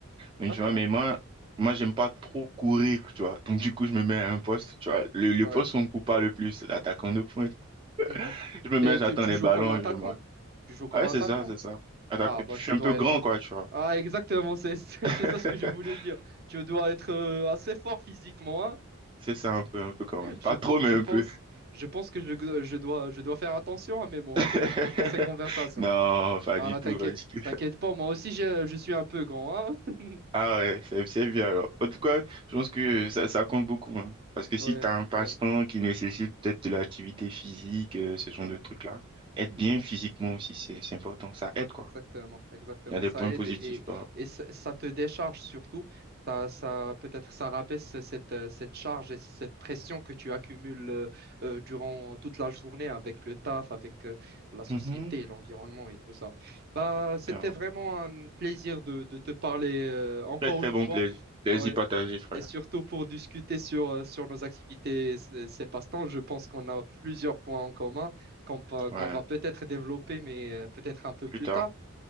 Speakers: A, on the right; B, on the right.
A: Donc,
B: D'accord,
A: tu vois, mais moi, moi, j'aime pas trop courir, tu vois. Donc du coup, je me mets à un poste, tu vois. Le, le
B: ouais.
A: poste où on coupe pas le plus, l'attaquant de pointe.
B: Mhm.
A: <laughs> Je me mets,
B: Et
A: j'attends
B: tu, tu
A: les
B: joues
A: ballons
B: comme attaquant.
A: et je marque.
B: Tu joues comme
A: Ah ouais,
B: attaquant.
A: c'est ça, c'est ça. Attaque-
B: Ah,
A: et puis,
B: bah,
A: je
B: tu
A: suis
B: dois
A: un peu grand,
B: être.
A: quoi, tu vois.
B: Ah, exactement, c'est c'est
A: <laughs>
B: c'est ça ce que je voulais dire. Je dois être euh, assez fort physiquement, hein.
A: C'est ça un peu, un peu quand même.
B: Je,
A: Pas
B: pe-
A: trop,
B: je
A: mais un
B: pense,
A: peu.
B: je pense que je, je dois, je dois faire attention à mes mots,
A: <laughs>
B: hein, dans ces conversations.
A: Non, pas
B: Ah,
A: du
B: non,
A: tout,
B: t'inquiète,
A: pas du tout.
B: t'inquiète pas, moi aussi, je, je suis un peu grand, hein. <laughs>
A: Ah ouais, c'est c'est bien alors. En tout cas, je pense que ça, ça compte beaucoup. hein. Parce que
B: Ouais,
A: si tu as un passe-temps
B: ouais,
A: qui nécessite peut-être de l'activité physique, euh, ce genre
B: ouais.
A: de trucs-là, être bien physiquement aussi, c'est c'est important. Ça aide, quoi.
B: Exactement, exactement.
A: Il y a des
B: Ça
A: points
B: aide
A: positifs,
B: et, et,
A: quoi.
B: et ça ça te décharge surtout. Ça, ça, peut-être ça rabaisse cette, euh, cette charge et cette pression que tu accumules euh, euh, durant toute la journée avec le taf, avec euh, la société,
A: Mhm.
B: l'environnement et tout ça. Bah, c'était
A: C'est un
B: vraiment un plaisir de, de te parler euh, encore
A: Très, très
B: une
A: bon
B: fois.
A: plaisir. Plaisir
B: Ouais.
A: partagé, frère.
B: Et surtout pour discuter sur, euh, sur nos activités, et ces ces passe-temps, je pense qu'on a plusieurs points en commun qu'on peut- qu'on
A: Ouais,
B: va peut-être développer, mais euh, peut-être un peu
A: plus
B: plus
A: tard.
B: tard.